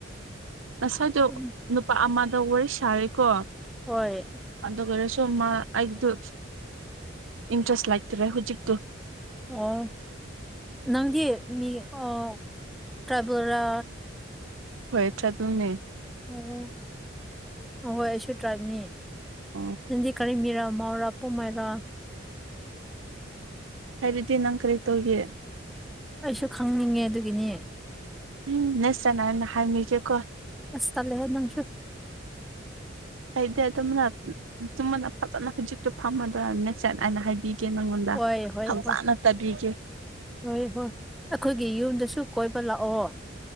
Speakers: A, on the right; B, in the centre.
A: ꯉꯁꯥꯏꯗꯣ
B: ꯎꯝ
A: ꯅꯨꯄꯥ ꯑꯃꯗ ꯋꯥꯔꯤ ꯁꯥꯔꯦꯀꯣ
B: ꯍꯣꯏ
A: ꯑꯗꯨꯑꯣꯏꯔꯁꯨ ꯃꯥ ꯑꯩꯕꯗꯨ ꯏꯟꯇ꯭ꯔꯦꯁ ꯂꯩꯇꯔꯦ ꯍꯨꯖꯤꯛꯇꯨ
B: ꯑꯣ ꯅꯪꯗꯤ ꯃꯤ ꯑꯣ ꯇ꯭ꯔꯥꯏꯕꯦꯔꯥ
A: ꯍꯣꯏ ꯇ꯭ꯔꯥꯏꯕꯦꯜ ꯅꯦ
B: ꯑꯣ ꯑꯍꯣꯏ ꯑꯩꯁꯨ ꯇ꯭ꯔꯥꯏꯞꯅꯤ
A: ꯑꯣ
B: ꯅꯪꯗꯤ ꯀꯔꯤ ꯃꯤꯔ ꯃꯥꯥꯎꯔ ꯄꯣꯝꯃꯩꯔ
A: ꯍꯥꯏꯔꯗꯤ ꯅꯪ ꯀꯔꯤ ꯇꯧꯒꯤ
B: ꯑꯩꯁꯨ ꯈꯪꯅꯤꯡꯉꯦ ꯑꯗꯨꯒꯤꯅꯦ
A: ꯎꯝ ꯅꯁ ꯆꯅꯥꯅ ꯍꯪꯉꯤꯖꯦꯀꯣ
B: ꯑꯁ ꯇꯜꯂꯦꯍꯦ ꯅꯪꯁꯨ
A: ꯀꯩꯗ ꯑꯗꯨꯝꯅ ꯆꯨꯝꯃꯅ ꯐꯖꯅ ꯍꯧꯖꯤꯛꯇꯣ ꯐꯝꯃꯗꯣꯏꯔ ꯅꯆꯠ ꯍꯥꯏꯅ ꯍꯥꯏꯕꯤ ꯀꯦ ꯅꯪꯉꯣꯟꯗ
B: ꯍꯣꯏ ꯍꯣꯏ
A: ꯍꯧꯖꯅ
B: ꯍꯣꯏ
A: ꯇꯥꯕꯤꯒꯦ
B: ꯍꯣꯏ ꯍꯣꯏ ꯑꯩꯈꯣꯏꯒꯤ ꯌꯨꯝꯗꯁꯨ ꯀꯣꯏꯕ ꯂꯥꯛꯑꯣ